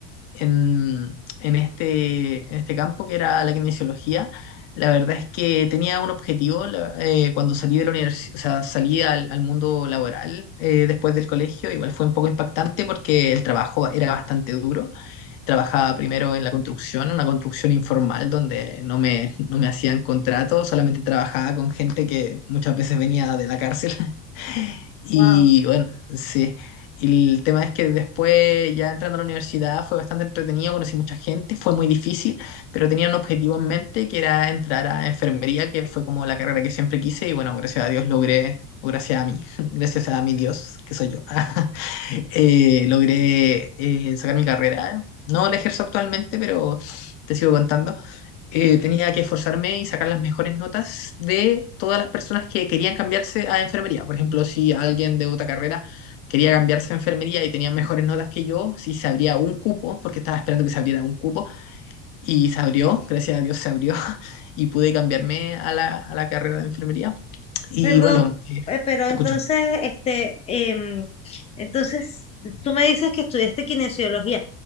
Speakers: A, on the left (about 75°); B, on the left (about 20°).
A: en, en este, en este campo que era la kinesiología, la verdad es que tenía un objetivo la- eh, cuando salí de la universidad, o sea, salí al, al mundo laboral eh, después del colegio, igual fue un poco impactante porque el trabajo era bastante duro. Trabajaba primero en la construcción, una construcción informal donde no me, no me hacían contrato, solamente trabajaba con gente que muchas veces venía de la cárcel y
B: Wow.
A: bueno, sí. Y el tema es que después, ya entrando a la universidad, fue bastante entretenido, conocí mucha gente, fue muy difícil, pero tenía un objetivo en mente que era entrar a enfermería, que fue como la carrera que siempre quise, y bueno, gracias a Dios logré, o gracias a mí, <laughs> gracias a mi Dios, que soy yo, <laughs> eh, logré eh, sacar mi carrera. No la ejerzo actualmente, pero te sigo contando eh, tenía que esforzarme y sacar las mejores notas de todas las personas que querían cambiarse a enfermería. Por ejemplo, si alguien de otra carrera quería cambiarse a enfermería y tenía mejores notas que yo, si se abría un cupo, porque estaba esperando que se abriera un cupo, y se abrió, gracias a Dios se abrió, <laughs> y pude cambiarme a la, a la carrera de enfermería. Y
B: Perdón,
A: bueno, eh,
B: eh, pero
A: te
B: entonces,
A: escucho.
B: este, em, entonces, tú me dices que estudiaste kinesiología,